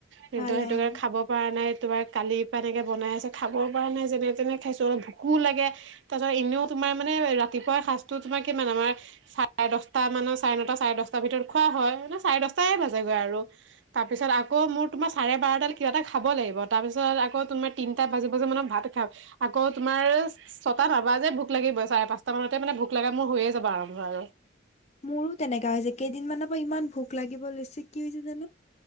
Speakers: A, on the right; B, on the left.
A: কিন্তু
B: ভাল
A: সেইটো
B: অ'।
A: খাব। কৰা নাই তোমাৰ কালিৰ পৰা এনেকে বনাই আছোঁ খাব পৰা নাই যেনে তেনে খাইছো অলপ ভুকো লাগে। তাৰ পাছত এনেও তোমাৰ মানে ৰাতিপুৱা সাঁজটোত তোমাৰ কিমান আমাৰ। চাৰে দটা মানত চাৰে নটা চাৰে দশটা মানৰ ভিতৰত খোৱা হয় মানে চাৰে দটা বাজেগৈ আৰু তাৰ পিছত আকৌ মোৰ তোমাৰ চাৰে বাৰটা কিবা এটা খাব লাগিব তাৰ পিছত আকৌ তোমাৰ তিনিটা বাজি বাজি মানত ভাত খাওঁ আকৌ তোমাৰ ছটা নবাজে ভোক লাগিব চাৰে পাঁচটা মানতে মানে ভোক লগা মোৰ হৈয়ে যাব আৰম্ভ আৰু
B: মোৰো তেনেকা হৈছে কেইদিনমানৰ পৰা ইমান ভোক লাগিব লৈছে কি হৈছে জানো?